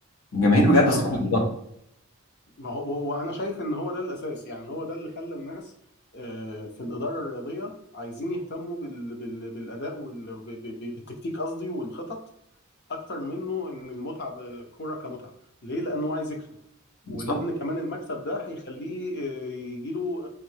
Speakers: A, on the left (about 75°); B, on the left (about 55°).
A: الجماهير بجد
B: اه
A: صعبه
B: ده
A: بالظبط
B: ما هو وانا شايف ان هو ده الاساس يعني هو ده اللي خلى الناس آه، في الاداره الرياضيه عايزين يهتموا بال... بال... بالاداء وال... ب... ب... ب- بالتكتيك قصدي والخطط اكتر منه ان المتعه بالكوره كمتعه ليه لانه عايز يكسب
A: بالظبط
B: ولان كمان المكسب ده هيخليه آه، يجي له